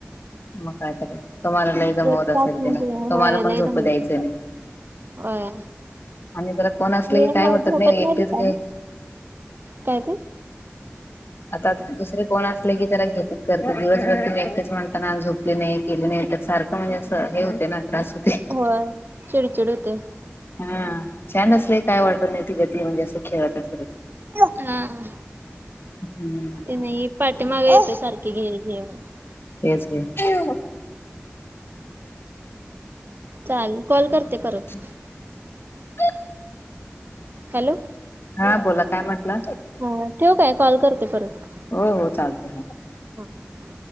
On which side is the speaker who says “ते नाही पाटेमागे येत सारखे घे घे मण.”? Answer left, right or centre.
Right